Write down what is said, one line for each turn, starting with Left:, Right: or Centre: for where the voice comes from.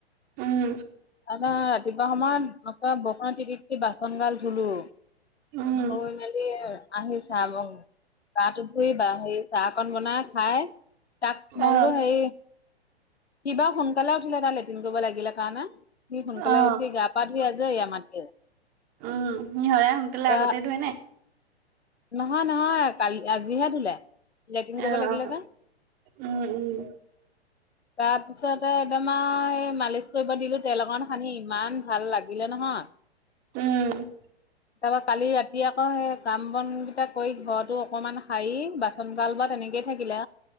Right: উম
Left: আমাৰ ৰাতিপুৱা সময়ত আটা বৰষুণত তিতি তিতি বাচনগাল ধুলোঁ।
Right: উম
Left: ধুই মেলি আহি চাই মোক গাটো ধুই বা সেই চাহকন বনাই খাই তাক মই
Right: অ
Left: বোলো হেই কিবা সোনকালে উঠিলে তাৰ লেট্ৰিন কৰিব লাগিলে কাৰণে সি সোনকালে
Right: অ
Left: উঠি গা পা <unintelligible> আমাতকে।
Right: উম, নিহৰাই সোনকালে
Left: তা
Right: আগতে ধুৱে নে?
Left: নহয় নহয়, কালি আজিহে ধুলে। লেটিন কৰিব
Right: অ
Left: লাগিলে
Right: অ
Left: যে।
Right: উম
Left: তাৰ পিছতে একদমাৰ এই মালিচ কৰিব দিলোঁ তেল অকন সানি, ইমান ভাল লাগিলে নহয়।
Right: উম
Left: তাৰাপৰা কালি ৰাতি আকৌ সেই কাম বনকেইটা কৰি, ঘৰতো অকনমান সাৰি বাচ সোনকাল বা তেনেকেই থাকিলে,